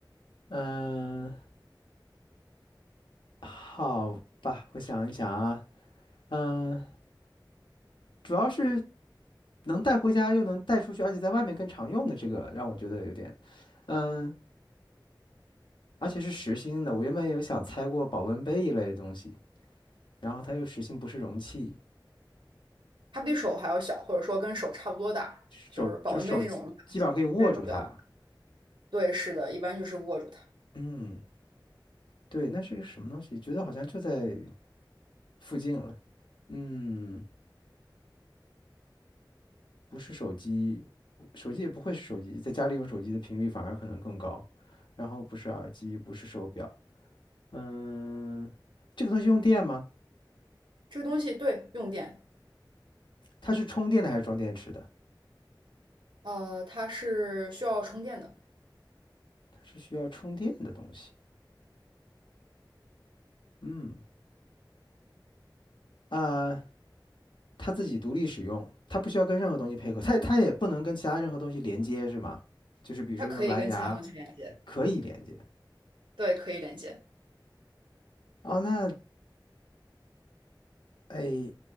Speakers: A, on the left; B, on the right.
A: 嗯，好吧，我想一想啊，嗯，主要是能带回家又能带出去，而且在外面更常用的这个，让我觉得有点，嗯，而且是实心的。我原本有想猜过保温杯一类的东西，然后它又实心不是容器，
B: 它比手还要小，或者说跟手差不多大，就是保温杯那种
A: 手就手基本上可以握住它。
B: 来说比较大。对，是的，一般就是握住它。
A: 嗯，对，那是个什么东西？觉得好像就在附近了。嗯。不是手机，手机也不会是手机，在家里用手机的频率反而可能更高。然后不是耳机，不是手表，嗯，这个东西用电吗？
B: 这个东西对用电，
A: 它是充电的还是装电池的？
B: 呃，它是需要充电的，
A: 它是需要充电的东西。嗯，啊、它自己独立使用，它不需要跟任何东西配合，它它也不能跟其他任何东西连接，是吗？就是比如说用蓝牙
B: 它可以跟其他东西连接，
A: 可以连接。
B: 对，可以连接。
A: 哦，那哎，